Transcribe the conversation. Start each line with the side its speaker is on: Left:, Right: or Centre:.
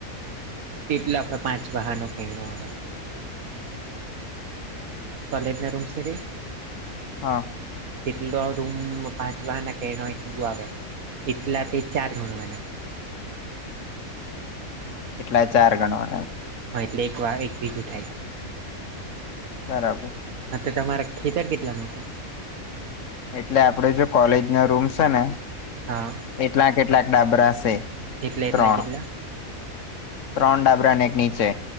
Right: એટલ આપડ પાંચ વાહનો કણ આવે કોલેજ રૂમસ છે
Left: હા
Right: એટલો રૂમ પાંચ વાના કેણ એટલું આવે એટલા તે ચાર ગણવાના
Left: એટલે ચાર ગણવા
Right: હા એટલે એક વા એક વગું થાય
Left: બરાબર
Right: હ તો તમારા ખેતર કેટલા મોટા
Left: એટલે આપડે જો કોલેજ નો રૂમ છે ને
Right: હા
Left: એટલાક કેટલાક ડાબરા છે
Right: એટલા
Left: ત્રણ
Right: એટલા કેટલા
Left: ત્રણ ડાબરાને એક નીચે